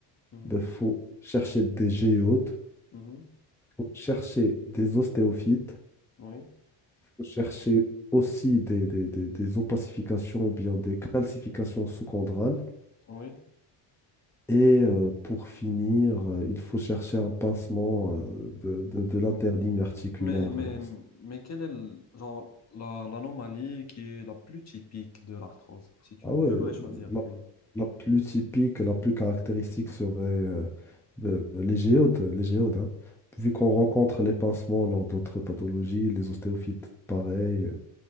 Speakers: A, on the left (about 35°); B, in the centre.
A: mhm,
B: Il faut chercher des géodes,
A: mhm.
B: faut chercher des ostéophytes,
A: Oui,
B: faut chercher aussi des, des, des, des opacifications ou bien des calcifications sous-chondrales.
A: oui.
B: Et euh, pour finir, euh, il faut chercher un pincement euh, de, de- de l'interligne articulaire.
A: Mais, mais,
B: euh.
A: mais quelle est le- genre, la- l'anomalie qui est la plus typique de l'arthrose, si tu
B: Ah
A: devrais
B: ouais,
A: choisir
B: la,
A: une.
B: la plus typique, la plus caractéristique serait euh, euh, les géodes, les géodes, hein. Vu qu'on rencontre les pincements lors d'autres pathologies, les ostéophytes, pareil, euh,